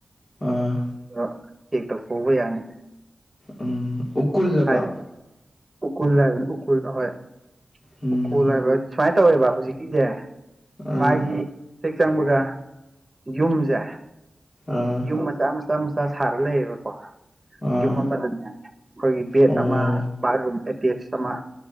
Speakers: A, on the left; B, on the right.
A: ꯑꯥ
B: <unintelligible> ꯈꯨꯕ ꯌꯥꯅꯤ
A: ꯎꯝ ꯎꯀꯨꯜꯂꯕ
B: ꯍꯥꯏ ꯎꯀꯨꯜ ꯎꯀꯨꯜ ꯍꯣꯏ
A: ꯎꯝ
B: ꯎꯀꯣꯜ ꯍꯥꯏꯕ ꯁꯨꯃꯥꯏꯅ ꯇꯧꯋꯦꯕ ꯍꯧꯖꯤꯛꯀꯤꯁꯦ
A: ꯑꯥ
B: ꯃꯥꯒꯤ ꯍꯦꯛ ꯆꯪꯕꯒ ꯌꯨꯝꯁꯦ
A: ꯑꯥ
B: ꯌꯨꯝ ꯃꯆꯥ ꯃꯆꯥ ꯃꯆꯥ ꯁꯥꯔ ꯂꯩꯌꯦꯕꯀꯣ
A: ꯑꯥ
B: ꯌꯨꯝ ꯑꯃꯗꯅꯦ ꯑꯩꯈꯣꯏꯒꯤ ꯕꯦꯗ
A: ꯑꯣ
B: ꯑꯃ ꯕꯥꯠꯔꯨꯝ ꯑꯦꯇꯦꯁ ꯑꯃ